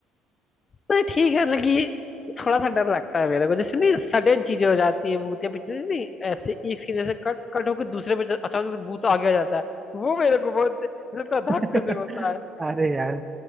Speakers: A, on the left; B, on the right.
A: नहीं ठीक है लेकिन थोड़ा सा डर लगता है मेरे को जैसे नहीं सडन चीजें हो जाती है भूतिया पिछले नहीं ऐसे एक सीन जैसे कट कट होकर दूसरे पे जा- अचानक से भूत आगे आ जाता है वो मेरे को बहुत लगता है
B: <laughs>
A: धक्के से होता है
B: अरे
A: मेरे
B: यार
A: को